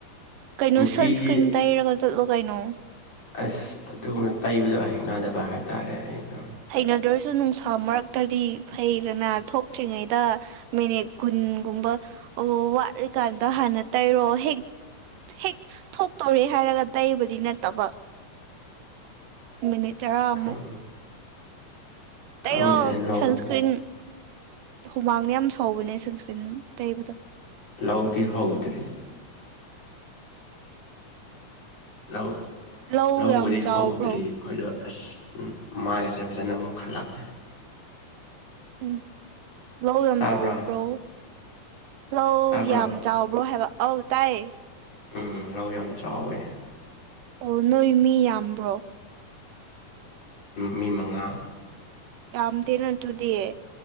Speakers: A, on the right (about 85°); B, on the left (about 50°).
A: ꯀꯩꯅꯣ
B: ꯅꯨꯄꯤꯗꯤ
A: ꯁꯟꯁꯀ꯭ꯔꯤꯟ ꯇꯩꯔꯒ ꯆꯠꯂꯣ ꯀꯩꯅꯣ
B: ꯑꯁ ꯑꯗꯨꯒꯨꯝꯅ ꯇꯩꯕꯗꯣ ꯍꯩꯩꯅꯗꯕ ꯍꯥꯏꯇꯥꯔꯦ ꯑꯩꯅ
A: ꯍꯩꯅꯗ꯭ꯔꯔꯁꯨ ꯅꯨꯡꯁꯥ ꯥ ꯃꯔꯛꯇꯗꯤ ꯐꯩꯗꯅ ꯊꯣꯛꯇ꯭ꯔꯤꯉꯩꯗ ꯃꯤꯅꯤꯠ ꯀꯨꯟꯒꯨꯝꯕ ꯑꯣ ꯋꯥꯔꯀꯥꯟꯗ ꯍꯅ ꯇꯔꯣꯑꯣ ꯍꯦꯛ ꯍꯦꯛ ꯊꯣꯛꯇꯧꯔꯦ ꯍꯥꯏꯔꯒ ꯇꯩꯕꯗꯤ ꯅꯠꯇꯕ ꯃꯤꯅꯤꯠ ꯇꯔꯥ ꯑꯃ ꯑꯃꯨꯛ
B: ꯈꯪ ꯈꯪꯗ꯭ꯔꯦ
A: ꯇꯩꯌꯣ
B: ꯂꯧꯗꯤ
A: ꯁꯟꯁꯀ꯭ꯔꯤꯟ ꯍꯨꯃꯥꯡꯗ ꯌꯥꯝ ꯁꯕꯅꯦ ꯁꯟꯁꯀ꯭ꯔꯤꯟ ꯇꯩꯕꯗꯣ
B: ꯂꯧꯗꯤ ꯍꯧꯗ꯭ꯔꯤ ꯂꯧ
A: ꯂꯧ
B: ꯂꯧꯕꯗꯤ
A: ꯌꯥꯝ ꯆꯥꯎꯕ꯭ꯔꯣ
B: ꯍꯧꯗ꯭ꯔꯤ ꯑꯩꯈꯣꯏꯗꯣ ꯑꯁ ꯎ ꯃꯥꯏꯉꯁꯦ ꯐꯖꯅ ꯑꯃꯨꯛ ꯈꯜꯂꯛꯑꯦ
A: ꯎꯝ ꯂꯧ ꯌꯥꯝ
B: ꯇꯥꯕ꯭ꯔꯥ
A: ꯆꯥꯎꯎꯕ꯭ꯔꯣ ꯍꯂꯧ
B: ꯇꯥꯕ꯭ꯔꯣ
A: ꯌꯥꯝ ꯆꯥꯎꯕ꯭ꯔꯣ ꯍꯥꯏꯕ ꯑꯧ ꯇꯥꯏ
B: ꯎꯝ ꯔꯧ ꯌꯥꯝ ꯆꯥꯎꯋꯦ
A: ꯑꯣ ꯅꯣꯏ ꯃꯤ ꯌꯥꯝꯕ꯭ꯔꯣ
B: ꯃꯤ ꯃꯉꯥ
A: ꯌꯥꯝꯗꯦꯅ ꯑꯗꯨꯗꯤꯌꯦ